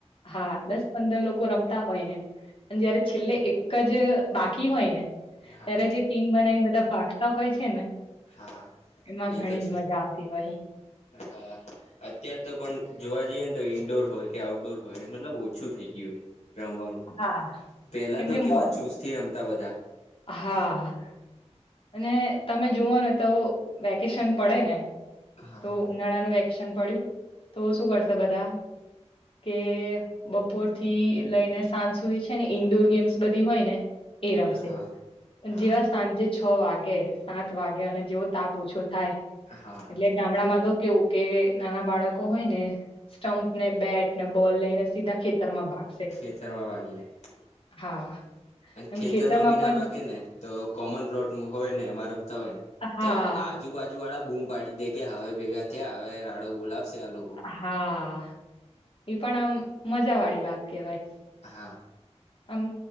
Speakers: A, on the left; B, on the left.
A: હા દસ પંદર લોકો હોય ને જયારે છેલ્લે એક જ બાકી હોય ને
B: હા
A: ત્યારે જે ટીમ બનાવીને બધા ભાગતા હોય છે ને
B: હા હા
A: એમાં
B: એ
A: ઘણી
B: તો છે
A: જ મજા આવતી હો
B: હા અત્યાર તો પણ જોવા જઈએ ને તો ઈન્ડોર હોય કે આઉટડોર હોય મતલબ ઓછું થઈ ગયું હોય રમવાનું
A: હા
B: પેલા
A: કેમ
B: તો
A: કે
B: કેવા
A: મો
B: ચુસથી રમતા બધા
A: હા અને તમે જુઓને તો વેકેશન પડે ને
B: હા
A: તો ઉનાળાનું વેકેશન પડ્યું તો શું કરશે બધા કે બપોર થી લઈને સાંજ સુધી છે ને ઈન્ડોર ગેમ્સ બધી હોય ને એ રમશે
B: હા હા
A: જેવા સાંજે છ વાગે સાત વાગે અને જેવો તાપ ઓછો થાય
B: હા
A: એટલે ગામડામાં તો કેવું કે નાના બાળકો હોય ને સ્ટમ્પ ને બેટ ને બોલ લઈને સીધા ખેતર માં બાાગ
B: ખેતરમાં વાગી જાય
A: હા અને
B: ખેતર
A: ખેતરમાં
B: માં બી
A: પણ
B: ના ભાગે ને તો કોમન પ્લોટ હોય ને અમારા હોય ને
A: હા
B: તો આજુબાજુ વાળા બૂમ પાડી દે કે હવે ભેગા થયા હવે રાડો બોલાવશે આ લોકો
A: હા એ પણ આમ મજા વાળી વાત કેવાય
B: હા
A: આમ